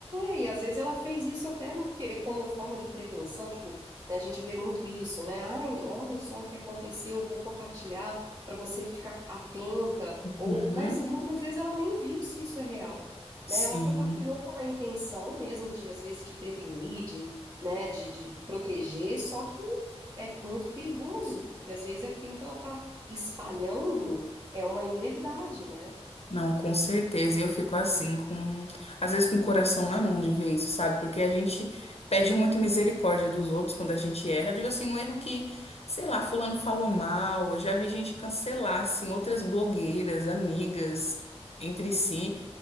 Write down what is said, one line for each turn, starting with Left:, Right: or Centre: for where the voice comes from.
Right: é, e às vezes ela fez isso até no que- como forma de prevenção, tipo, né, a gente vê muito isso, né? Ai, olha só o que aconteceu, eu vou compartilhar para você ficar atenta, ou,
Left: Uhum,
Right: mas muitas vezes ela nem viu se isso é real,
Left: sim.
Right: né? Ela compartilhou com a intenção mesmo de, às vezes, de prevenir, de, né, de, de proteger, só que é muito perigoso, porque às vezes aquilo que ela está espalhando é uma inverdade, né?
Left: Não, com certeza. Eu fico assim, com às vezes com o coração na mão de ver isso, sabe? Porque a gente pede muito misericórdia dos outros quando a gente erra. Eu digo assim, um erro que, sei lá, fulano falou mal. Eu já vi gente cancelar, assim, outras blogueiras, amigas entre si,